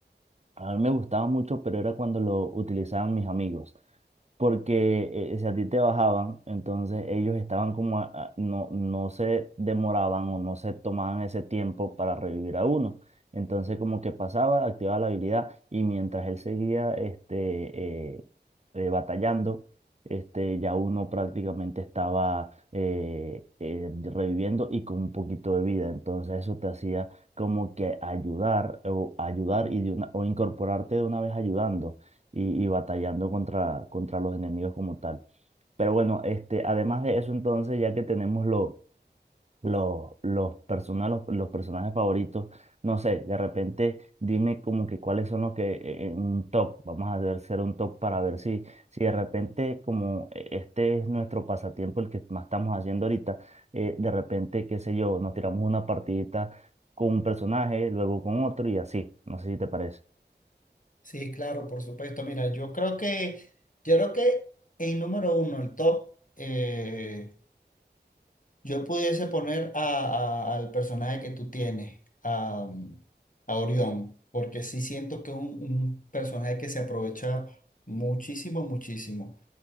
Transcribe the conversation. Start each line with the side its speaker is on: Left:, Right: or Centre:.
Right: a mí me gustaba mucho, pero era cuando lo utilizaban mis amigos porque eh, si a ti te bajaban, entonces ellos estaban como, a- a- no, no se demoraban o no se tomaban ese tiempo para revivir a uno. Entonces como que pasaba, activaba la habilidad y mientras él seguía este, eh, eh, batallando, este, ya uno prácticamente estaba eh, eh, reviviendo y con un poquito de vida. Entonces eso te hacía como que ayudar o ayudar y de una, o incorporarte de una vez ayudando y, y batallando contra, contra los enemigos como tal. Pero bueno, este, además de eso, entonces, ya que tenemos lo- lo- los, persona- los, los personajes favoritos, no sé, de repente dime como que cuáles son los que eh, en un top, vamos a hacer un top para ver si, si de repente como eh, este es nuestro pasatiempo, el que más estamos haciendo ahorita, eh, de repente, qué sé yo, nos tiramos una partidita con un personaje, luego con otro y así, no sé si te parece.
Left: Sí, claro, por supuesto. Mira, yo creo que, yo creo que en número uno, el top, eh, Yo pudiese poner a- a- al personaje que tú tienes, a, mm, a Orión, porque sí siento que es un, un personaje que se aprovecha muchísimo, muchísimo.